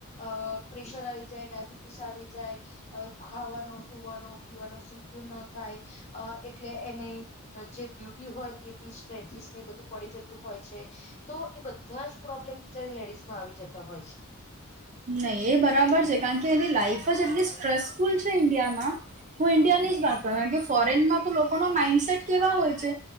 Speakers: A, on the left; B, on the right.
A: અ પ્રેશર આવી જાય ડાયાબિટીસ આવી જાય જાય ખાવાનો સુવાનો પીવાનો સીધું ન થાય એટલે એને જે બ્યુટી હોય તે બીચચીસ ને બધું પડી જતું હોય છે તો એ બધા જ પ્રોબ્લેમ બિચારે લેડીઝ માં આવી જતા હોય છે.
B: નહી એ બરાબર છે કારણ કે એની લાઈફ જ એટલી સ્ટ્રેસ સુલ છેઇન્િયામાં હું ઈન્ડિયાની જ વાત કરું કારણ કે ફોરેનમાં તો લોકોના માઈન્ડસેટ કેવા હોય છે